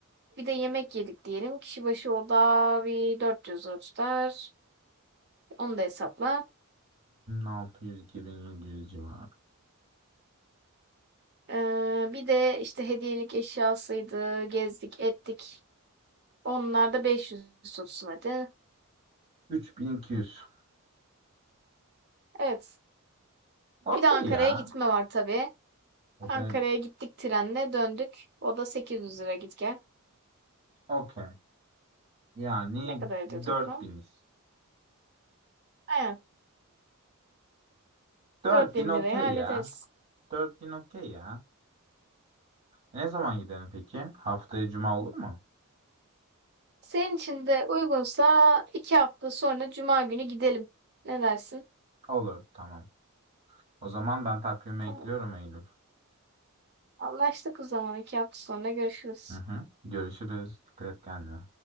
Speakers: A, on the right; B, on the right.
A: Bir de yemek yedik diyelim. Kişi başı o da bir 400 lira tutar. Onu da hesapla.
B: 2600-2700 civarı.
A: Ee, bir de işte hediyelik eşyasıydı, gezdik, ettik. Onlar da 500 tutsun hadi.
B: 3200.
A: Evet.
B: Okey
A: Bir de Ankara'ya
B: ya.
A: gitme var tabii.
B: O da
A: Ankara'ya gittik trenle döndük. O da 800 lira git gel.
B: okey. Yani
A: Ne kadar ediyor toplam?
B: dört biniz.
A: Aynen.
B: 4000
A: 4000
B: okey
A: liraya hallederiz.
B: ya. 4000 okey ya. Ne zaman gidelim peki? Haftaya cuma olur mu?
A: Senin için de uygunsa iki hafta sonra Cuma günü gidelim. Ne dersin?
B: Olur, tamam. O zaman ben takvime
A: Tamam.
B: ekliyorum Eylül.
A: Anlaştık o zaman. iki hafta sonra görüşürüz.
B: Hı hı. Görüşürüz. Dikkat et kendine.